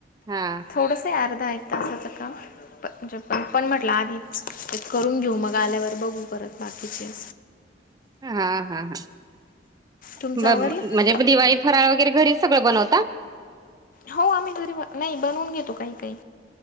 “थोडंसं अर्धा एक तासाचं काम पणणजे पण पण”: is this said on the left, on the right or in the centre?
Left